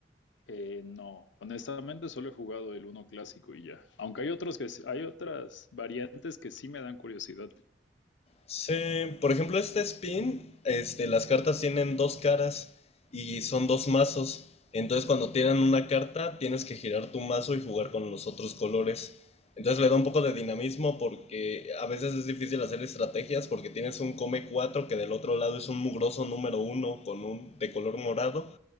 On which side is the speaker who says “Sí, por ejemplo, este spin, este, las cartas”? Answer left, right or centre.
Left